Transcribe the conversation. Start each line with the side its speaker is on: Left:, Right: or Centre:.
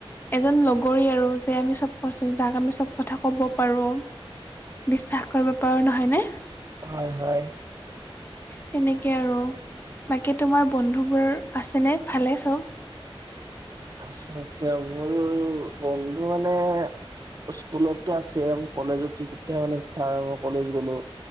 Left: এজন লগৰী আৰু যে আমি চব কৈছো যাক আমি চব কথা ক'ব পাৰো, বিশ্বাস কৰিব পাৰো নহয় নে?
Right: হয় হয়।
Left: সেনেকে আৰু বাকী তোমাৰ বন্ধুবোৰ আছেনে ভালেই চব?
Right: আছে আছে, মোৰ বন্ধু মানে স্কুলত এতিয়া চেম কলেজত যেতিয়া মানে চাৰৰ মই কলেজ গ'লো